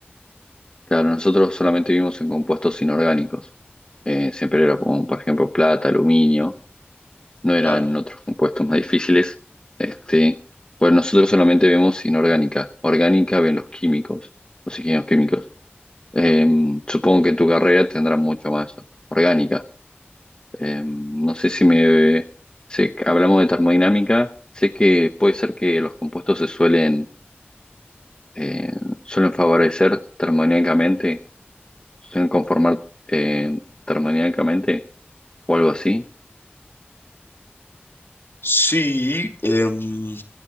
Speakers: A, on the left; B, on the left.
A: claro, nosotros solamente vimos en compuestos inorgánicos. Eh, siempre era como, por ejemplo, plata, aluminio, no eran
B: Claro.
A: otros compuestos más difíciles. Este, pues nosotros solamente vemos inorgánica. Orgánica ven los químicos, los ingenieros químicos. Em, supongo que en tu carrera tendrás mucho más orgánica. Eh, no sé si me... sé que hablamos de termodinámica, sé que puede ser que los compuestos se suelen, eh, suelen favorecer termodinámicamente, suelen conformar eh, termodinámicamente o algo así.
B: Sí, em,